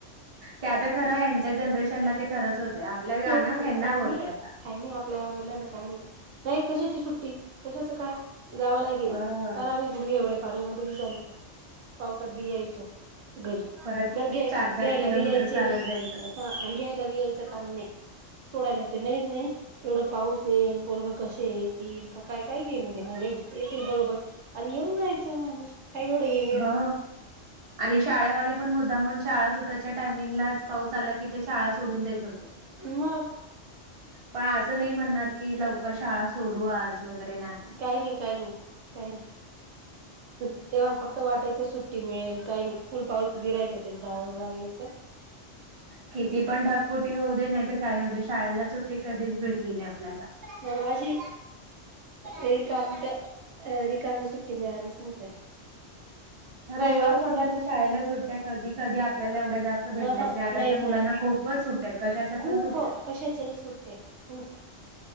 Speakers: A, on the right; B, on the right.
A: ते आता खरं हच्या जनरेशनला ते खरंच होतं आपलं गाणं
B: ते होते.
A: ह्याना
B: काही
A: होतं
B: नाही
A: आता
B: काही नाही आपल्या आई वडिलांना काही नाही नाही कशाची सुट्टी कशाचं काय जावं लागेल
A: अ
B: पार आम्ही गुडघे एवढ्या पाण्यामध्ये बी जायचो पावसात बी यायचो घरी
A: परत
B: बरं घ्या
A: चार चार
B: घ्यायला
A: किलोमीटर
B: बी यायचे
A: चालत
B: नाही
A: जायचं हो
B: हा आणि घ्यायला बी यायचं काम नाही सोडायला तर नाहीच नाही एवढं पाऊस येन पोरगं कसे येतील काय काय घेन देना नाही येतील बरोबर आणि येऊन जायच माणूस का एवढ हे
A: हा आणि शाळेवाले पण मुद्दामून शाळा सुटायच्या टायमिंगलाच पाऊस आला की ते शाळा सोडून देत होते.
B: मग
A: पण असं नाही म्हणणार कि लवकर शाळा सोडू आज वगैरे नाही
B: काही नाही काही नाही काही नाही तेव्हा फक्त वाटायच सुट्टी मिळेल काही नाही फुल पाऊस भि राहायचा तरी जावच लागायच
A: किती पण ढागपुटी होऊ दे नाहीतर काही होऊ दे शाळेला सुट्टी कधीच भेटली नाही आपल्याला
B: हा आशी रिकामीट्या रिकामी सुट्टी मिळालीच नाही कधी
A: रविवार सोडला तर शाळेला सुट्ट्या कधी कधी आपल्याला एवढ्या जास्त जास्त भेटल्याच
B: ह ह
A: नाही आताच्या
B: नाहीच
A: मुलांना
B: नाही
A: खूपच सुट्टया आहेत कशाच्यापण
B: खूप
A: सुट्टया
B: कशाच्याही सुट्ट्या आहेत, खूप